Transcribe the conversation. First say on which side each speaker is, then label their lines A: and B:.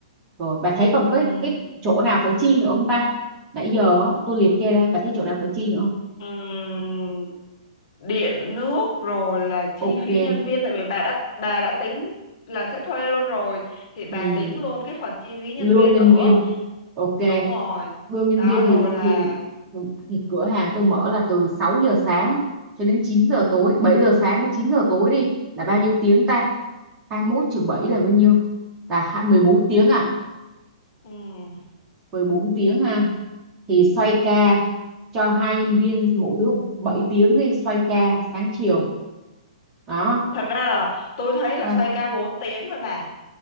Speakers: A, on the right (about 20°); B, on the left (about 45°).
A: rồi bà thấy còn cái
B: Ừm,
A: cái chỗ nào phải chi nữa không ta nãy giờ á, tôi liệt kê ra bà thấy chỗ nào phải chi nữa không?
B: ừm, điện nước rồi là chi
A: ok
B: phí nhân viên tại vì bà đã bà đã tính là sẽ thuê luôn rồi thì bà
A: ừ.
B: tính luôn cái phần chi phí nhân
A: lương
B: viên
A: nhân
B: nữa
A: viên ok
B: đúng rồi
A: đưa nhân
B: đó
A: viên thì
B: rồi là
A: thì thì cửa hàng tôi mở là từ 6 giờ sáng cho đến chín giờ tối 7 giờ sáng đến 9 giờ tối đi là bao nhiêu tiếng ta hai mươi mốt trừ 7 là bao nhiêu là hai- 14 tiếng à
B: ừm,
A: mười bốn tiếng ha thì xoay ca cho hai nhân viên mỗi đứa 7 tiếng đi xoay ca sáng chiều đó
B: thật ra là tôi thấy là
A: sao
B: xoay ca 4 tiếng thôi bà